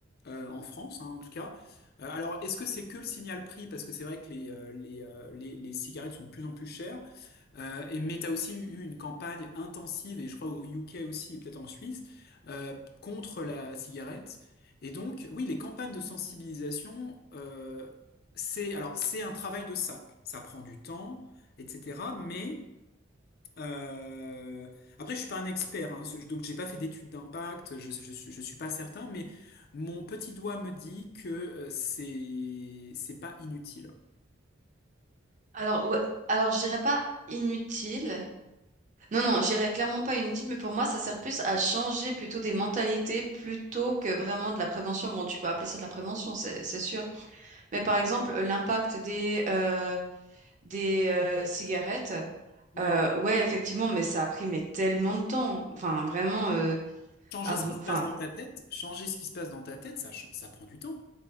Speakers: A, on the left; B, on the right.
A: euh, en France, hein, en tout cas. Euh, alors, est-ce que c'est que le signal prix? Parce que c'est vrai que les, euh, les, euh, les, les cigarettes sont de plus en plus chères. Euh, et, mais tu as aussi eu une campagne intensive, et je crois au UK aussi, et peut-être en Suisse, euh, contre la cigarette. Et donc, oui, les campagnes de sensibilisation, euh, c'est alors c'est un travail de sape. Ça prend du temps, etc. Mais euh, Après, je suis pas un expert, hein, ce- donc j'ai pas fait d'études d'impact, je, je, je suis pas certain, mais mon petit doigt me dit que euh, c'est c'est pas inutile.
B: Alors, ouais, alors je dirais pas inutile. Non, non, je dirais clairement pas inutile, mais pour moi, ça sert plus à changer plutôt des mentalités plutôt que vraiment de la prévention. Bon, tu peux appeler ça de la prévention, c'est c'est sûr. Mais par exemple, l'impact des, euh, des euh, cigarettes,
A: Hmm.
B: euh, ouais, effectivement, mais ça a pris mais tellement de temps. Enfin, vraiment, euh,
A: Changer
B: av-
A: ce qui se
B: enfin,
A: passe dans ta tête, changer ce qui se passe dans ta tête, ça, ch- ça prend du temps.